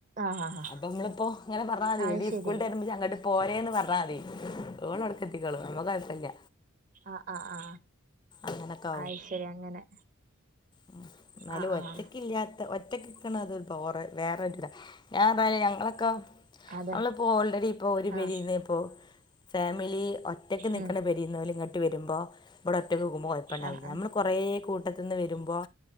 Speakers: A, on the right; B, on the left.
A: ആഹ് ആഹ്
B: അപ്പൊ നമ്മള്പ്പോ ഇങ്ങനെ പറഞ്ഞാ മതി
A: അത്
B: എടീ
A: ശരി
B: സ്കൂള് വിട്ടെരുമ്പോ ഇജ്ജ് അങ്ങട്ട് പോരേന്ന് പറഞ്ഞാ മതി. ഓള് അവ്ട്ക്കെത്തിക്കോളും ഞമ്മക്ക് കൊയപ്പല്യ.
A: ആഹ് ആഹ് ആഹ്.
B: അങ്ങനൊക്കെ
A: ആയ് ശെരി അങ്ങനെ.
B: ഉം ഇന്നാലും
A: ആഹ്
B: ഒറ്റക്കി
A: ആഹ്
B: ല്യാത്ത ഒറ്റക്ക് നിക്ക്ണത് ബോറ് വേറൊര് ഇതാ. ഞാൻ പറഞ്ഞാല് ഞങ്ങളൊക്കെ
A: അതെ
B: നമ്മളിപ്പോ ഓൾറെഡി ഇപ്പൊ ഒരു
A: ആഹ്
B: പെരീന്ന് ഇപ്പോ ഫാമിലി ഒ റ്റക്ക് നിക്ക്ണ
A: ഉം
B: പെരീന്ന് ഓല് ഇങ്ങട്ട് വരുമ്പോ ഇവടെ ഒറ്റക്ക് നിക്കുമ്പം കൊയപ്പണ്ടാവൂല്ല.
A: ആഹ് ആഹ്
B: നമ്മൾ കുറേ കൂട്ടത്ത്ന്ന് വരുമ് പൊ